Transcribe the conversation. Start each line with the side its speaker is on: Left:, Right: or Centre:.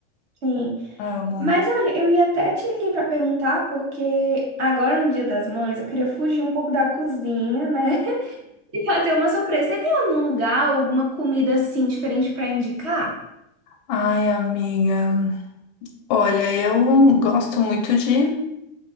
Right: Sim.
Left: Amo.
Right: Mas olha, eu ia até te ligar para perguntar, porque agora no Dia das Mães eu queria fugir um pouco da cozinha, né? <laughs> E fazer uma surpresa. Você tem algum lugar, alguma comida assim diferente para indicar?
Left: Ai, amiga. Olha, eu gosto muito de